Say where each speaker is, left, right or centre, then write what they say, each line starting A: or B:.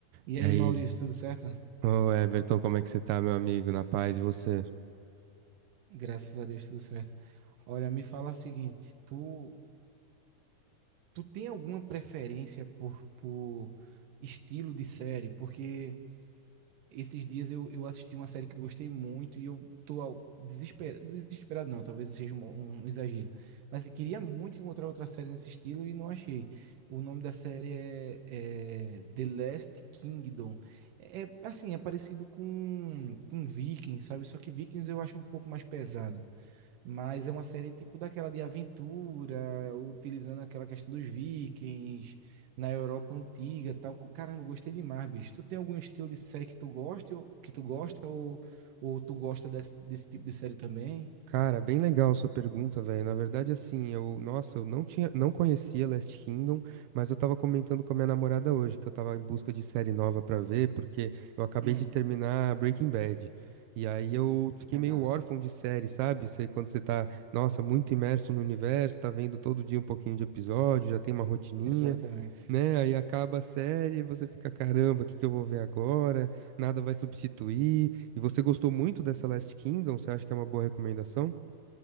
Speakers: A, on the right; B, on the right.
A: E
B: E
A: aí,
B: aí,
A: Maurício, tudo certo?
B: ô Everton, como é que você tá, meu amigo? Na paz e você?
A: Graças a Deus, tudo certo. Olha, me fala o seguinte, tu, tu tem alguma preferência por, por estilo de série? Porque esses dias eu, eu assisti uma série que eu gostei muito e eu tô ao- desesperado, desesperado não, talvez seja um, um exagero, mas eu queria muito encontrar outra série nesse estilo e não achei. O nome da série é, é The Last Kingdom. É, é, assim, é parecido com, com Vikings, sabe? Só que Vikings eu acho um pouco mais pesado. Mas é uma série tipo daquela de aventura, utilizando aquela questão dos vikings, na Europa antiga, tal. Caramba, eu gostei demais, bicho. Tu tem algum estilo de série que tu gosta, ou- que tu gosta ou, ou tu gosta desse, desse tipo de série também?
B: Cara, bem legal a sua pergunta, velho. Na verdade, assim, eu, nossa, eu não tinha, não conhecia Last Kingdom, mas eu tava comentando com a minha namorada hoje que eu tava em busca de série nova pra ver, porque eu acabei
A: Hum.
B: de terminar Breaking Bad. E aí eu fiquei
A: É
B: meio
A: massa.
B: órfão de série, sabe? Sei quando você tá, nossa, muito imerso no universo, tá vendo todo dia um pouquinho de episódio, já tem uma rotininha.
A: Exatamente.
B: né? Aí acaba a série, você fica, caramba, o que que eu vou ver agora? Nada vai substituir. E você gostou muito dessa Last Kingdom? Você acha que é uma boa recomendação?